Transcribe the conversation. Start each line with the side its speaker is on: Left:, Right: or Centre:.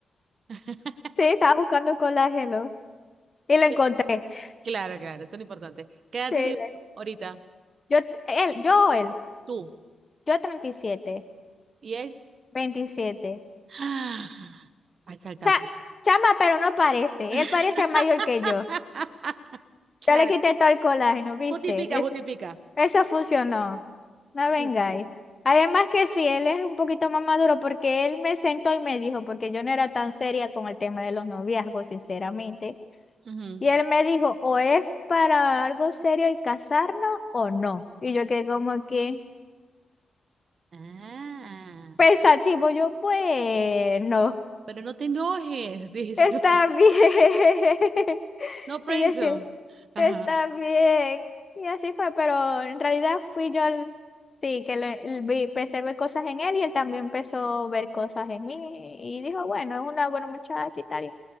Right: <laughs>
Left: sí, estaba buscando colágeno y lo encontré.
Right: Eh,
Left: <laughs>
Right: Claro, claro, eso es lo importante. ¿Qué edad
Left: Sí,
Right: tenés
Left: le-
Right: ahorita?
Left: yo, él, yo, él,
Right: Tú
Left: yo treinta y siete
Right: y él.
Left: veintisiete
Right: <gasps> Ah, Al saltacu.
Left: Cha- chama, pero no parece.
Right: <laughs>
Left: Él parece mayor que yo.
Right: Claro.
Left: Ya le quité todo el colágeno, ¿viste?
Right: Justifica,
Left: Es-
Right: justifica.
Left: eso funcionó. No
Right: Sí,
Left: vengáis.
Right: sí.
Left: Además que sí, él es un poquito más maduro porque él me sentó y me dijo, porque yo no era tan seria con el tema de los noviazgos, sinceramente.
Right: Ujú.
Left: Y él me dijo, o es para algo serio el casarnos o no. Y yo quedé como que
Right: Ah.
Left: pensativo, yo, bueno.
Right: Pero no te enojes, dice.
Left: está
Right: <laughs>
Left: bien. <laughs>
Right: No, Prayson.
Left: Y yo sí,
Right: Ajá.
Left: está bien. Y así fue, pero en realidad fui yo, el- sí, que le- el- vi, empecé a ver cosas en él y él también empezó a ver cosas en mí y dijo, bueno, es una buena muchacha y tal. Y,